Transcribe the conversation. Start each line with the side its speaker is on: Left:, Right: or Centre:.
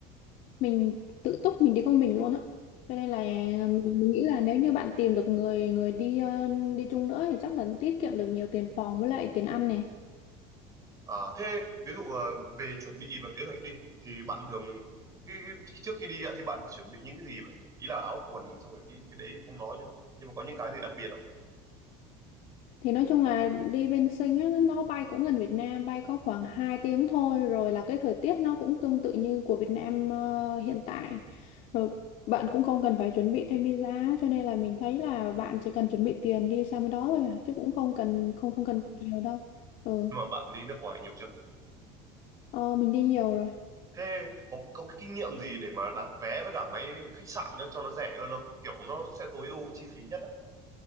Left: Mình tự túc mình đi con mình luôn á. Cho nên là mình, mình nghĩ là nếu như bạn tìm được người người đi ờ, đi chung nữa thì chắc là tiết kiệm được nhiều tiền phòng với lại tiền ăn này.
Right: À, thế ví dụ ờ, về chuẩn bị và kế hoạch đi thì bạn thường cái, cái- trước khi đi á thì bạn chuẩn bị những cái gì vậy? Ý là áo quần xong rồi cái cái đấy thì không nói nhá. Nhưng mà có những cái gì đặc biệt không?
Left: Thì nói chung là đi bên Sinh á, nó bay cũng gần Việt Nam, bay có khoảng 2 tiếng thôi, rồi là cái thời tiết nó cũng tương tự như của Việt Nam ờ, hiện tại. Rồi bạn cũng không cần phải chuẩn bị thêm visa, cho nên là mình thấy là bạn chỉ cần chuẩn bị tiền đi sang bên đó thôi à, chứ cũng không cần không không cần nhiều đâu. Ừ,
Right: Nhưng mà bạn đi nước ngoài nhiều chưa?
Left: ờ, mình đi nhiều rồi.
Right: Thế có có cái kinh nghiệm gì để mà đặt vé với cả máy khách sạn đó cho nó rẻ hơn không? Kiểu nó sẽ tối ưu chi phí nhất á.